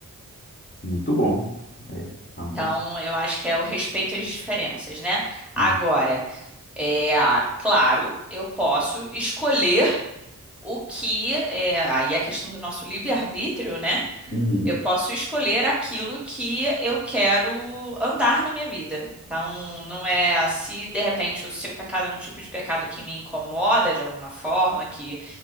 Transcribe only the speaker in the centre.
Então,
eu acho que é o respeito às diferenças, né? Agora,
é, ah, claro, eu posso escolher o que, é, aí é a questão do nosso livre-arbítrio, né?
Eu posso escolher aquilo que eu quero andar na minha vida. Então, não é se de repente o seu pecado é um tipo de pecado que me incomoda de alguma forma, que